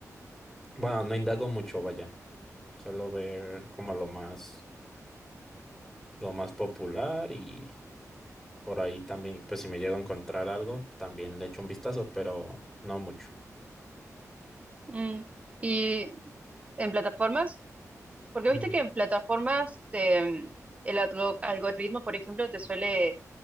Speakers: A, in the centre; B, on the right.
A: Bueno, no indago mucho, vaya. Suelo ver como lo más, lo más popular y por ahí también, pues si me llego a encontrar algo, también le echo un vistazo, pero no mucho.
B: Mm, ¿Y en plataformas? Porque
A: Mm,
B: viste que en plataformas te- el algo- algoritmo, por ejemplo, te suele